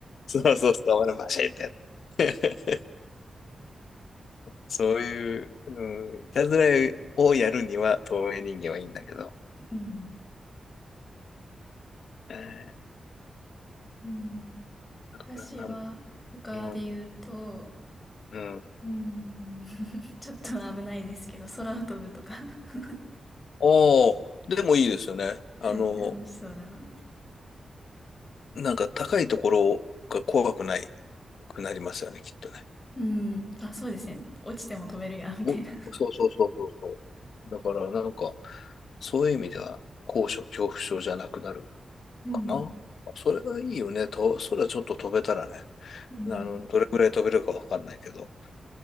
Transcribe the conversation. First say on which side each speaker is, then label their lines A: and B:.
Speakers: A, on the left; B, on the left.
A: そうそうそう、俺バシッて。<laughs> そういう、うん、いたずらをやるには透明人間はいいんだけど。
B: うん。
A: え
B: うん。
A: ー、だからなんだ、
B: 私は、他で言うと、
A: うん、うん。
B: うん。<laughs> ちょっと危ないですけど、空を飛ぶとか。<laughs>
A: おお、でもいいですよね。
B: はい。
A: あの、
B: 楽しそうだなって。
A: なんか高いところが怖くないくなりますよね、きっとね。
B: うん。あ、そうですね。落ちても飛べるや、みたいな。
A: お、
B: <laughs>
A: そうそうそうそうそう。だからなんか、そういう意味では高所恐怖症じゃなくなる
B: うん。
A: かな。それがいいよね。と、空ちょっと飛べたらね。
B: うん。
A: あの、どれくらい飛べるかわかんないけど。